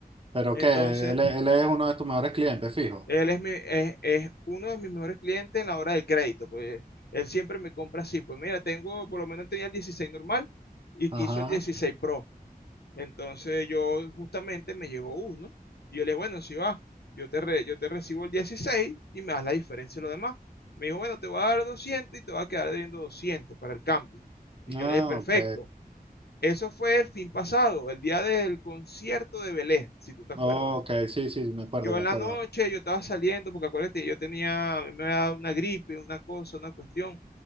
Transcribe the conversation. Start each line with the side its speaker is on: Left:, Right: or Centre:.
Right: Pero
Left: Entonces,
Right: que él, es- él es uno de tus mejores clientes, fijo.
Left: él es, mi- es, es uno de mis mejores clientes en la hora del crédito, pues él siempre me compra así, pues mira, tengo, por lo menos tenía el 16 normal y quiso
Right: Ajá.
Left: el 16 Pro. Entonces yo justamente me llegó uno y yo le dije, bueno, si va, yo te, re- yo te recibo el 16 y me das la diferencia de lo demás. Me dijo, bueno, te voy a dar 200 y te va a quedar debiendo 200 para el cambio. Y
Right: Ah,
Left: yo le dije, perfecto.
Right: ok.
Left: Eso fue el fin pasado, el día del concierto de Belén, si tú te acuerdas.
Right: Ok, sí, sí, me acuerdo,
Left: Yo
Right: me
Left: en la
Right: acuerdo.
Left: noche, yo estaba saliendo, porque acuérdate, yo tenía, me había dado una gripe, una cosa, una cuestión,